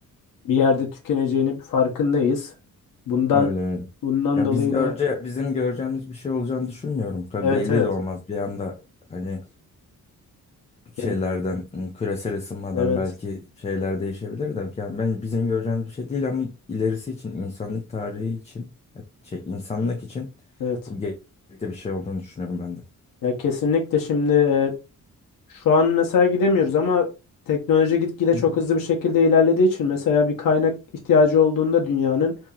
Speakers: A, on the left; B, on the left.
A: bir yerde tükeneceğini bir farkındayız. Bundan
B: Öyle öyle.
A: bundan
B: Ya
A: dolayı
B: biz görece
A: da
B: bizim göreceğimiz bir şey olacağını düşünmüyorum. Tabii
A: evet
B: belli
A: evet.
B: de olmaz. Bir anda hani şeylerden
A: Ya,
B: ım, küresel ısınmadan
A: evet
B: belki şeyler değişebilir de yani ben bizim göreceğimiz bir şey değil ama ilerisi için insanlık tarihi için şey insanlık için
A: evet.
B: bu gerekli bir şey olduğunu düşünüyorum ben
A: Ya kesinlikle şimdi e, şu an mesela gidemiyoruz ama teknoloji gitgide
B: de.
A: çok hızlı bir şekilde ilerlediği için mesela bir kaynak ihtiyacı olduğunda dünyanın